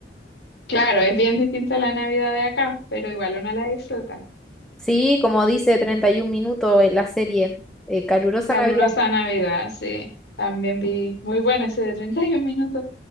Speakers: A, on the left; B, in the centre.
A: Claro, es bien distinta la Navidad de acá, pero igual uno la disfruta.
B: Sí, como dice 31 minutos en la serie, eh, calurosa
A: Calurosa
B: Navidad.
A: Navidad, sí. También vi muy bueno ese de treinta y un minutos.